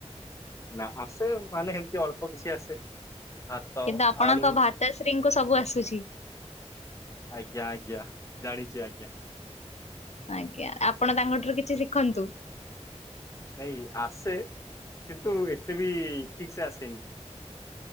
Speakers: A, on the left; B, on the left.
A: ନା ଆସେ ମାନେ ସେମିତି ଅଳ୍ପ କିଛି ଆସେ। ଭାତ
B: କିନ୍ତୁ ଆପଣଙ୍କ
A: ଆଳୁ
B: ଭାତଶ୍ରୀଙ୍କୁ ସବୁ ଆସୁଛି।
A: ଆଜ୍ଞା-ଆଜ୍ଞା ଜାଣିଛି ଆଜ୍ଞା।
B: ଆଜ୍ଞା, ଆପଣ ତାଙ୍କଠାରୁ କିଛି ଶିଖନ୍ତୁ।
A: ନାଇଁ ଆସେ କିନ୍ତୁ ଏତେ ବି ଠିକ ସେ ଆସେନି।